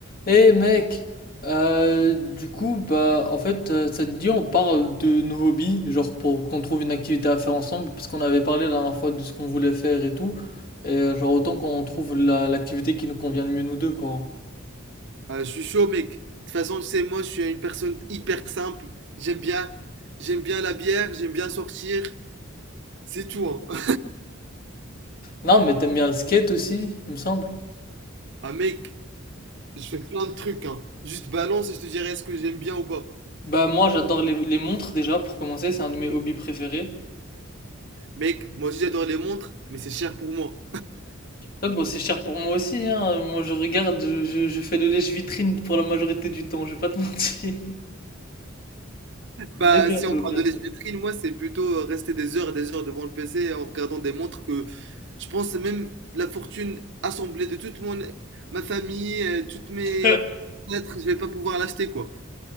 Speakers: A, on the left (about 45°); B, on the right (about 60°).
A: Eh mec, euh, du coup, bah, en fait, euh, ça te dit, on parle de nos hobbies, genre pour qu'on trouve une activité à faire ensemble, parce qu'on avait parlé la dernière fois de ce qu'on voulait faire et tout, et euh, genre autant qu'on trouve la- l'activité qui nous convient le mieux nous deux, quoi.
B: Ah, je suis chaud, mec. De toute façon, tu sais, moi, je suis une personne hyper simple. J'aime bien, j'aime bien la bière, j'aime bien sortir. C'est tout, hein. <laughs>
A: Non, mais t'aimes bien le skate aussi, il me semble.
B: Ah, mec, je fais plein de trucs, hein. Juste balance et je te dirai est-ce que j'aime bien ou pas.
A: Bah moi, j'adore les, les montres déjà, pour commencer, c'est un de mes hobbies préférés.
B: Mec, moi aussi, j'adore les montres, mais c'est cher pour moi.
A: Là, bon, c'est cher pour moi aussi, hein. Moi, je regarde, je, je je fais le lèche-vitrine pour la majorité du temps, je vais pas te <laughs> mentir. Mais
B: Bah,
A: bientôt,
B: si on parle
A: bientôt.
B: de l'espiétrine, moi, c'est plutôt euh, rester des heures et des heures devant le PC en regardant des montres que je pense même la fortune assemblée de toute mon, ma famille, euh, toutes mes
A: <laughs>
B: lettres, je vais pas pouvoir l'acheter, quoi.